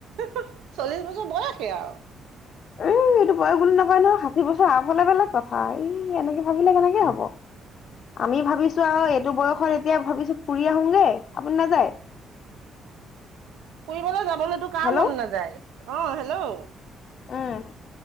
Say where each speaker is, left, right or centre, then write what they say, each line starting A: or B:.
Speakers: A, on the right; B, on the left.
A: <unintelligible> চল্লিশ বছৰ বয়সে আও।
B: এই এইটো বয়স বুলি নকয় নহয়, ষাঠি বছৰ আপ হ'লে বেলেগ কথা আও, এই এনেকে ভাবিলে কেনেকে হ'ব! আমি ভাবিছো আও এইটো বয়সত এতিয়া ভাবিছো ফুৰি আহোগে, আপুনি নাযায়?
A: ফুৰিবলে যাবলেতো কাৰ
B: হেল্ল'
A: মন নাযায়, অ হেল্ল'।
B: উম